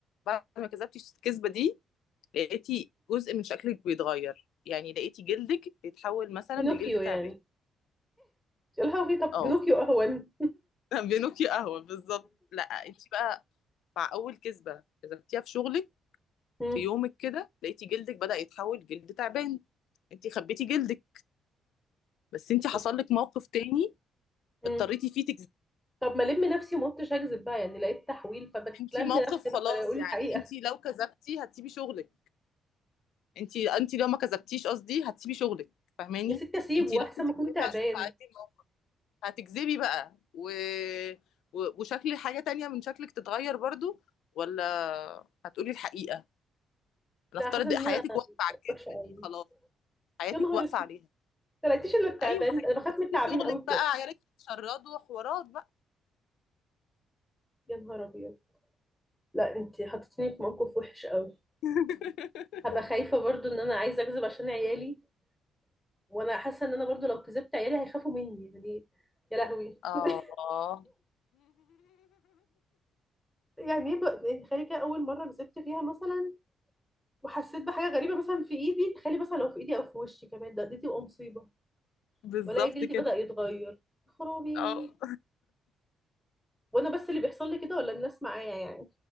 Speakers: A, on the left; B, in the centre.
A: بعد ما كذبتي الكذبة دي لقيتي جزء من شكلك بيتغير يعني لقيتي جلدك بيتحول مثلا
B: بنوكيو
A: لجلد تعبان
B: يعني يا لهوي طب
A: اه
B: بنوكيو اهون
A: <laughs> بينوكي قهوة بالظبط لا انت بقى مع أول كذبة كذبتيها في شغلك
B: <laughs> امم
A: في يومك كده لقيتي جلدك بدأ يتحول جلد تعبان انت خبيتي جلدك بس انت حصل
B: أوف.
A: لك موقف تاني
B: أمم.
A: اضطريتي فيه
B: طب ما الم نفسي وما قلتش هكذب بقى يعني لقيت تحويل فبتلم
A: انت موقف
B: نفسي
A: خلاص
B: بقى ولا اقول
A: يعني
B: الحقيقه
A: انت لو كذبتي هتسيبي شغلك انت انت لو ما كذبتيش قصدي هتسيبي شغلك
B: <laughs>
A: فاهماني
B: يا ستي اسيبه
A: انت لازم
B: احسن ما
A: تكذبي
B: اكون تعبان
A: عشان تعدي الموقف هتكذبي بقى و... و... وشكل حاجة تانية من شكلك تتغير برضو ولا هتقولي الحقيقة نفترض
B: لا حاسه ان
A: حياتك
B: انا
A: واقفة على الكذب
B: وحشه قوي
A: دي خلاص حياتك
B: يا نهار
A: واقفة
B: اسود
A: عليها
B: ما لقيتيش الا التعبان
A: ايوه
B: انا بخاف
A: هتسيبي
B: من التعابين
A: شغلك
B: قوي بجد
A: بقى عيالك هيتشردوا حوارات بقى
B: يا نهار ابيض لا انت حطيتيني في موقف وحش قوي
A: <laughs>
B: هبقى خايفه برضو ان انا عايزه اكذب عشان عيالي وانا حاسه ان انا برضو لو كذبت عيالي هيخافوا مني يعني يا لهوي
A: اه
B: <laughs>
A: <laughs>
B: يعني ايه بقى- يعني تخيلي كده اول مره كذبت فيها مثلا وحسيت بحاجه غريبه مثلا في ايدي تخيلي مثلا لو في ايدي او في وشي كمان ده دي تبقى مصيبه
A: بالظبط
B: والاقي جلدي
A: كده
B: بدأ يتغير يا خرابي
A: اه
B: وانا بس اللي بيحصل لي كده ولا الناس معايا يعني